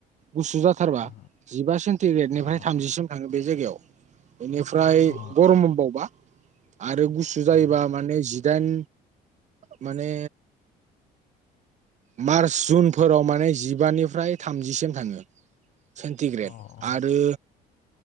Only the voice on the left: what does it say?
अ
औ
औ
औ अ
अ